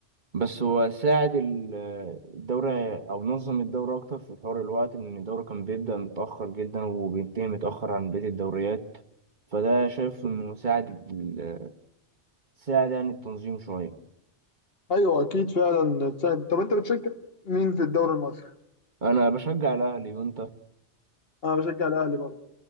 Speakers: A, on the right; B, on the left.
A: بس هو ساعد ال- الدورة أو نظم الدورة أكتر في حوار الوقت لأن الدورة كان بيبدأ متأخر جدا وبينتهي متأخر عن بقية الدوريات فده شايف إنه ساعد ال- ساعد يعني التنظيم شوية
B: أيوه أكيد فعلا سهل. طب أنت بتشجع مين في الدوري المصري؟
A: أنا بشجع الأهلي وأنت
B: أنا بشجع الأهلي برضه